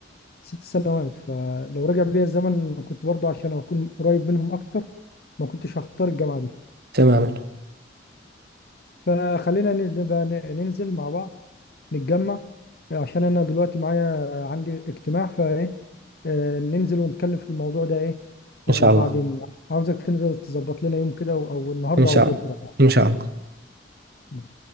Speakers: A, on the left (about 55°); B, on the right (about 55°).
A: ست سنوات فلو رجع بيا الزمن كنت برضه عشان أكون قريب منهم أكتر ما كنتش هختار الجامعة دي
B: تماما
A: فخلينا ن- نبقى ن- ننزل مع بعض نتجمع عشان انا دلوقتي معايا عندي اجتماع فايه آه، ننزل ونتكلم في الموضوع ده ايه
B: إن
A: آه،
B: شاء الله
A: بعدين عاوزك تنزل تظبط لنا يوم كده او أو النهارده
B: إن شاء
A: او بكره
B: الله إن شاء الله
A: يعني.